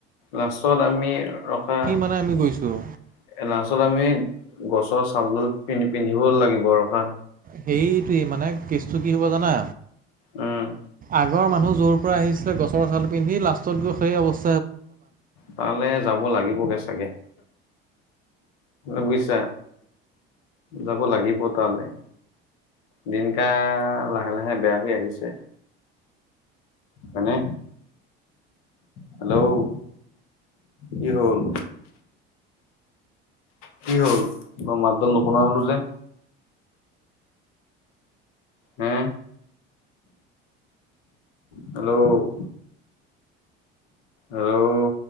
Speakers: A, on the left; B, on the right.
A: লাষ্টত আমি ৰখা এ
B: মানে আমি গৈছোঁ
A: লাষ্টত আমি গছৰ চালডাল পিন্ পিন্ধিব লাগিব আৰু খা
B: সেইটোৱে মানে কেচটো কি হ'ব জানা।
A: উম
B: আগৰ মানুহ য'ৰ পৰা আহিছিলে গছৰ ছাল পিন্ধি লাষ্টত গৈ সেই অৱস্থা
A: তালে যাব লাগিবগে চাগে। বুজিছা যাব লাগিব তালৈ। দিনকাল লাহে লাহে বেয়া হৈ আহিছে। হয়নে? হেল্ল' কি হ'ল? কি হ'ল মই মাতডল নুশুনা হলো যে
B: আ
A: হে
B: <inaudible>
A: হেল্ল' আৰুল